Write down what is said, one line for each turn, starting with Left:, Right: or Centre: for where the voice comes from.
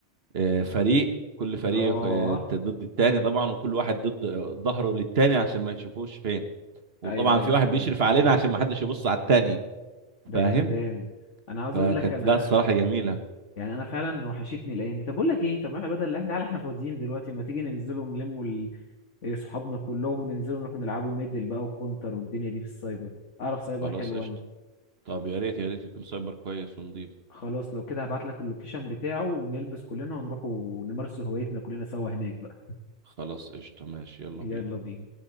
Right: آه فريق كل فريق
Left: اه
Right: آه ضد التاني طبعا وكل واحد ضد ظهره للتاني عشان ما يشوفوش فين وطبعا
Left: ايوه ايوه
Right: في واحد
Left: فاهمك
Right: بيشرف علينا عشان ما حدش يبص على التاني
Left: ده
Right: فاهم
Left: جمدان انا عاوز
Right: فكانت
Left: اقول لك انا
Right: لا الصراحة جميلة
Left: يعني انا فعلا وحشتني الايام دي طب اقول لك ايه طب احنا بدل احنا تعالى احنا فاضيين دلوقتي ما تيجي ننزلوا ونلموا إيه، صحابنا كلهم ننزلوا نروح نلعبوا ميدل بقى وكونتر والدنيا دي في السايبر اعرف سايبر
Right: خلاص
Left: حلو
Right: قشطة
Left: انا
Right: طب يا ريت يا ريت يكون سايبر كويس ونضيف
Left: خلاص لو كده هبعت لك اللوكيشن بتاعه ونلبس كلنا ونروح ونمارس هوايتنا كلنا سوا هناك بقى
Right: خلاص قشطة ماشي يلا
Left: يلا
Right: بينا
Left: بينا